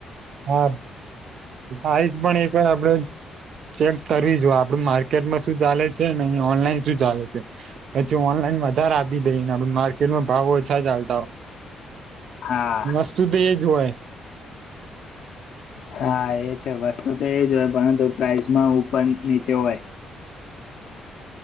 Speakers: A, on the right (about 65°); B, on the left (about 70°).
A: હા આઇસ પણ એક વાર આપડે ચેક કરવી જો આપડ માર્કેટમાં શું ચાલે છે ને અ ઓનલાઈન શું ચાલે છે, પછી ઓનલાઈન વધારે આપી દઈને માર્કેટમાં ભાવ ઓછા ચાલતા હો.
B: હા
A: વસ્તુ તો એજ હોય.
B: હા એ છે વસ્તુ તો એજ હોય પરંતુ પ્રાઇસમાં ઉપર નીચે હોય.